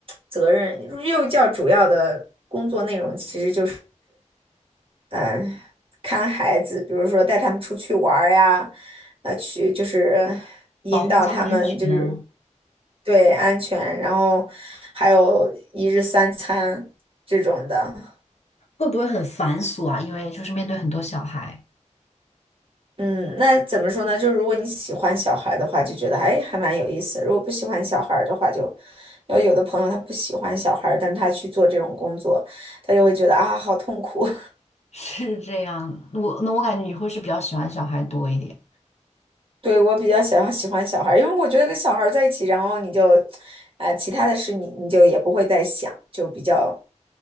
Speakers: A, on the right (about 45°); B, on the left (about 60°).
A: 责任，幼教主要的工作内容其实就是，嗯、看孩子，比如说带他们出去玩儿呀，呃，去就是引导他们就是
B: 保护员
A: 对安全，然后还有一日三餐这种的。
B: 会不会很繁琐啊？因为就是面对很多小孩，
A: 嗯，那怎么说呢？就如果你喜欢小孩的话，就觉得哎还蛮有意思；如果不喜欢小孩的话就，要有的朋友他不喜欢小孩，但他去做这种工作，他就会觉得啊好痛苦。
B: <laughs> 是这样。我那我感觉你会是比较喜欢小孩多一点，
A: <laughs> 对，我比较想要喜欢小孩，因为我觉得跟小孩在一起，然后你就，呃，其他的事你你就也不会再想，就比较